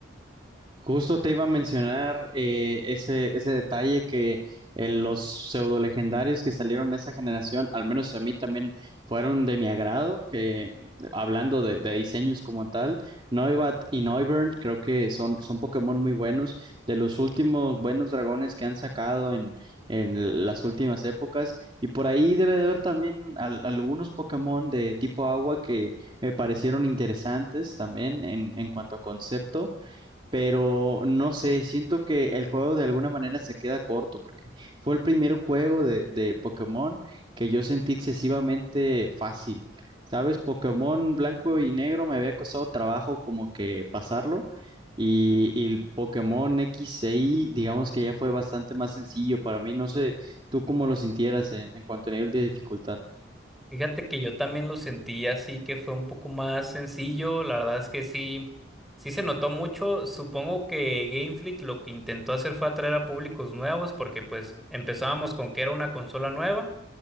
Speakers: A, on the right; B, in the centre.
A: Justo te iba a mencionar eh, ese, ese detalle que eh, los pseudo legendarios que salieron de esa generación, al menos a mí también fueron de mi agrado, que hablando de, de diseños como tal, Noibat y Noivern creo que son, son Pokémon muy buenos, de los últimos buenos dragones que han sacado en, en las últimas épocas, y por ahí debe de haber también al- algunos Pokémon de tipo agua que me parecieron interesantes también en, en cuanto a concepto pero no sé, siento que el juego de alguna manera se queda corto porque fue el primer juego de, de Pokémon que yo sentí excesivamente fácil. ¿Sabes? Pokémon blanco y negro me había costado trabajo como que pasarlo y, y el Pokémon X e Y digamos que ya fue bastante más sencillo para mí. No sé, tú cómo lo sintieras en, en cuanto a nivel de dificultad.
B: Fíjate que yo también lo sentí así que fue un poco más sencillo. La verdad es que sí, sí se notó mucho. Supongo que Game Freak lo que intentó hacer fue atraer a públicos nuevos porque pues empezábamos con que era una consola nueva.